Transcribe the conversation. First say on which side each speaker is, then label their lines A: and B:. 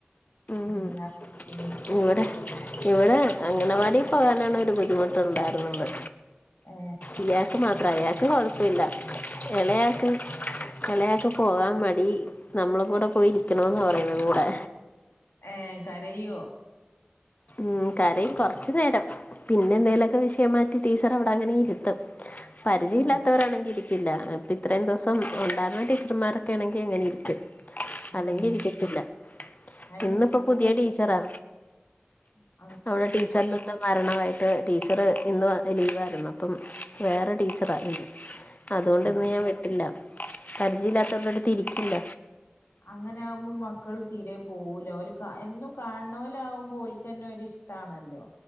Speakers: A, on the left; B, on the left.
A: ഉം
B: മിആ എണി
A: ഇവിടെ ഇവിടെ അംഗനവാടി പോകാനാണ് ഒരു ബുദ്ധിമുട്ടുണ്ടായിരുന്നത്.
B: ഏഹ്
A: ഇയാക്ക് മാത്ര ഇയാക്ക് കൊഴപ്പില്ല എളയാക്ക്. എളേയാക് പോകാൻ മടി നമ്മളും കൂടെ പോയിരിക്കണമെന്ന് പറയുന്ന കൂടെ.
B: ഏഹ് കരയൊ
A: ഉം കരയും കൊറച്ച് നേരം പിന്നെന്തേലൊക്കെ വിഷയം മാറ്റി ടീച്ചർ അവിടെ അങ്ങനെ ഇരുത്തും. പരിചയവില്ലാത്തവരാണെങ്കിരിക്ക്
B: ആഹ്
A: ഇപ്പ ഇത്രയും ദിവസം ഉണ്ടായിരുന്ന ടീച്ചർമാരൊക്കെ ആണെങ്കി ഇങ്ങനെ ഇരിക്കും അല്ലെങ്കി
B: ആഹ്
A: ഇരിക്കത്തില്ല.
B: അയിന്
A: ഇന്നിപ്പ പുതിയ ടീച്ചറാ..
B: ഉം
A: അവളെ ടീച്ചേർന് എന്ത മരണമായിട്ട് ടീച്ചർ ഇന്ന് ലീവായിരുന്നു. അപ്പം വേറെ ടീച്ചറാണ് ഇന്ന്. അതുകൊണ്ടിന്ന്
B: ആഹ്
A: ഞാൻ വിട്ടില്ല പരിചയമില്ലാത്തവരുടെടുതിരിക്കില്ല
B: അങ്ങനെ ആകുമ്പോൾ മക്കൾ തീരെ പോകൂല ഓല്ക്ക് എന്നും കാണുന്നോൽ ആകുമ്പോ ഓല്ക്ക് തന്നെ ഒരിഷ് ട്ടാണല്ലോ